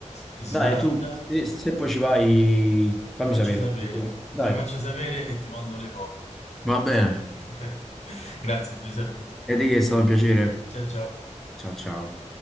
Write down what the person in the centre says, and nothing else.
Dai, tu, se, se poi ci vai, fammi
sapere.
Dai.
Va bene.
E di che è stato un piacere.
Ciao, ciao.